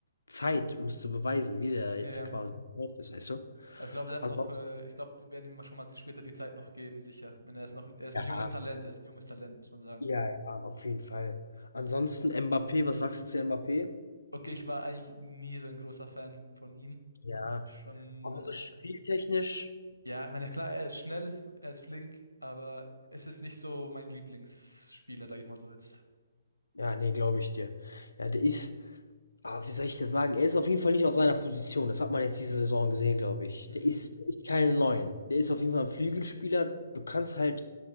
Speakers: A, on the left; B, on the left.
A: Zeit, um es zu beweisen, wie der jetzt
B: Ja, ja.
A: quasi drauf ist, weißt du?
B: Aber ich glaube, der hat
A: Ansonsten,
B: noch, äh, ich glaube, die werden ihm mal schon mal später die Zeit noch geben, sicher. Wenn er ist noch, er ist
A: ja,
B: ein junges Talent, er ist ein junges Talent, muss man sagen.
A: ja, ja, auf jeden Fall. Ansonsten Mbappé, was sagst du zu Mbappé?
B: Okay, ich war eigentlich nie so ein großer Fan von ihm.
A: Ja,
B: Schon,
A: aber
B: äh,
A: so spieltechnisch,
B: ja, ich meine, klar, er ist schnell, er ist flink, aber es ist nicht so mein Lieblingsspieler, sage ich mal so jetzt.
A: ja, ne, glaube ich dir. Ja, der ist, ah, wie soll ich das sagen? Er ist auf jeden Fall nicht auf seiner Position. Das hat man jetzt diese Saison gesehen, glaube ich.
B: Mhm.
A: Der ist, der ist keine Neun. Der ist auf jeden Fall ein Flügelspieler. Du kannst halt,